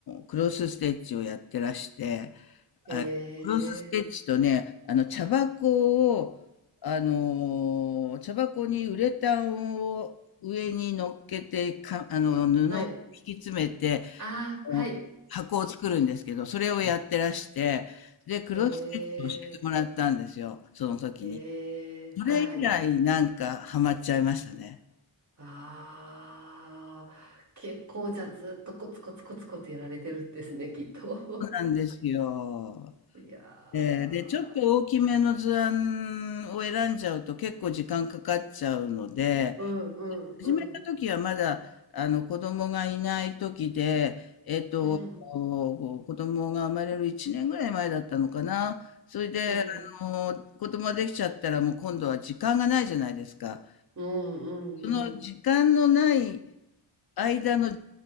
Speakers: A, on the left (about 55°); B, on the right (about 40°).
A: クロスステッチをやってらして、
B: え
A: あ、クロスステッチとね、あの、茶箱を、あのー茶箱にウレタンを上に乗っけて、か、あの、布を引き詰めて、
B: ー、はいあーはい
A: あの箱を作るんですけど、それをやってらして、で、クロスステッチを教えてもらったんですよ、
B: え
A: その時に。
B: ー、えー、
A: それ以来、
B: はい
A: なんか、ハマっちゃいましたね。
B: あー結構じゃあずっとコツコツコツコツやられてるんですねきっと
A: そうなんですよ。
B: <laughs> いや
A: で、で、ちょっと大きめの図案を選んじゃうと結構時間かかっちゃうので、
B: ーうんうんうん
A: 始めた時はまだ、あの、子供がいない時で、えっと、
B: うん
A: こう子供が生まれる1年ぐらい前だったのかな。それで、
B: うん
A: あの、子供ができちゃったらもう今度は時間がないじゃないですか。
B: うんうんうん
A: その時間のない間の